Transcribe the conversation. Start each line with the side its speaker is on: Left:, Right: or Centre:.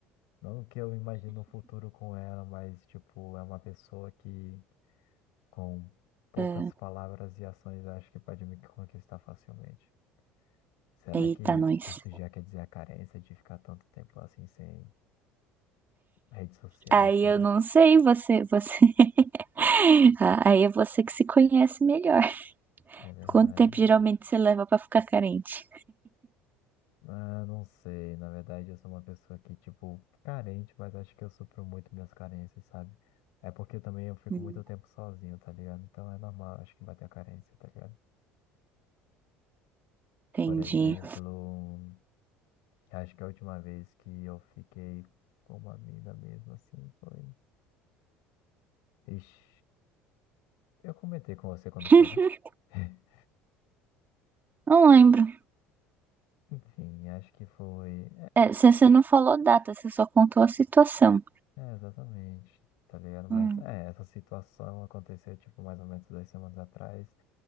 Left: Não que eu imagino um futuro com ela, mas, tipo, é uma pessoa que, com poucas
Right: é.
Left: palavras e ações, acho que pode me conquistar facilmente. Será
Right: Eita,
Left: que
Right: nós.
Left: isso já quer dizer a carência de ficar tanto tempo assim sem redes sociais?
Right: Aí
Left: Será?
Right: eu não sei, você, você. <laughs> Ah, Aí é você que se conhece melhor.
Left: É verdade,
Right: Quanto tempo
Left: né?
Right: geralmente você leva pra ficar carente?
Left: Ah, não sei. Na verdade, eu sou uma pessoa que, tipo, carente, mas acho que eu supro muito minhas carências, sabe? É porque também eu fico
Right: Hum.
Left: muito tempo sozinho, tá ligado? Então é normal, acho que bater a carência, tá ligado?
Right: Entendi.
Left: Por exemplo. Acho que a última vez que eu fiquei com uma mina mesmo assim foi. Ixi, eu comentei com você quando
Right: <laughs>
Left: foi, né? <laughs>
Right: Não lembro.
Left: Enfim, acho que foi.
Right: É, você você não falou data, você só contou a situação.
Left: É, é, exatamente, tá ligado? Mas
Right: Hum,
Left: é, essa situação aconteceu, tipo, mais ou menos duas semanas atrás.